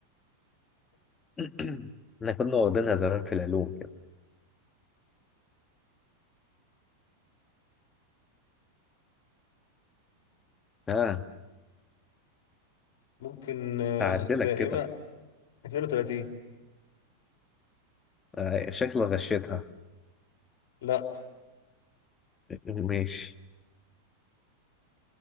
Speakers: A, on the left (about 20°); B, on the left (about 55°).
A: <clears throat> احنا كنا واخدينها زمان في العلوم كده ها آه.
B: ممكن آه،
A: هعدلك
B: دائمة
A: كده
B: 32
A: آه، شكلك غشيتها
B: لا
A: ماشي